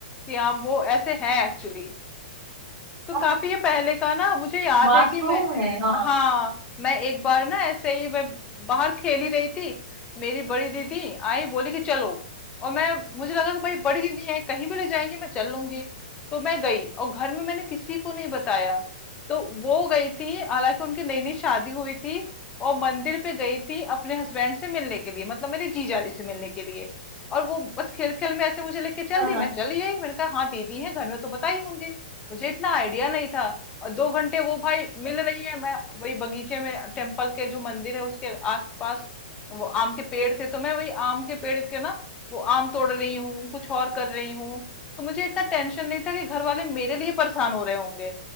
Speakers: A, on the left (about 20°); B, on the right (about 30°).
A: कि हाँ वो ऐसे हैं एक्चुअली तो
B: हाँ,
A: काफी ये पहले का ना मुझे याद
B: मासूम
A: है कि मैं
B: है हाँ
A: हाँ मैं एक बार ना ऐसे ही मैं बाहर खेल ही रही थी मेरी बड़ी दीदी आई बोली कि चलो और मैं मुझे लगा कि भाई बड़ी दीदी है कहीं भी ले जाएंगी मैं चल लूंगी तो मैं गई और घर में मैंने किसी को नहीं बताया तो वो गई थी हालांकि उनकी नई नई शादी हुई थी और मंदिर पे गई थी अपने हस्बैंड से मिलने के लिए मतलब मेरे जीजाजी से मिलने के लिए और वो बस खेल खेल में ऐसे मुझे लेके चल
B: हाँ
A: दी
B: हाँ।
A: मैं चली गई मैंने कहा हाँ दीदी है घर में तो बताई होंगी मुझे इतना आइडिया नहीं था और दो घंटे वो भाई मिल रही है मैं वही बगीचे में टेम्पल के जो मंदिर है उसके आसपास वो आम के पेड़ थे तो मैं वही आम के पेड़ के ना वो आम तोड़ रही हूँ कुछ और कर रही हूँ तो मुझे इतना टेंशन नहीं था कि घर वाले मेरे लिए परेशान हो रहे होंगे